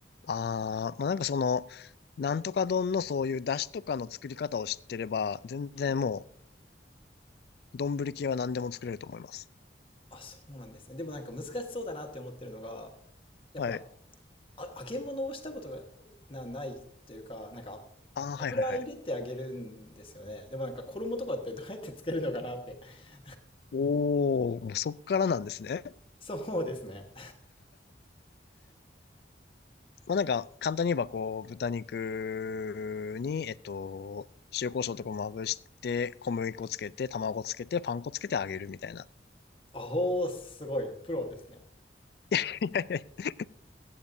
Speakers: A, on the left (about 60°); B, on the left (about 30°).
A: ああー、まあ、なんかその、なんとか丼のそういう出汁とかの作り方を知ってれば、全然も
B: はい。
A: う、丼系は何でも作れると思います。
B: あ、そうなんですね。でもなんか難しそうだなって思ってるのが、やっぱ、
A: はい。
B: あ、揚げ物をしたことがな、ないっていうか、なんか、
A: ああ、
B: 油入れて揚げるんですよね。
A: はいはいはい。
B: でもなんか衣とかってどうやってつけるのかなって。<laughs>
A: おー、もうそっからなんですね。
B: そうですね。
A: まあ、なんか、簡単に言えばこう、豚肉に、えっと、塩コショウとかまぶして、小麦粉つけて、卵つけて、パン粉つけて揚げるみたいな。
B: おおー、すごい、プロですね。
A: <laughs> いやいやいや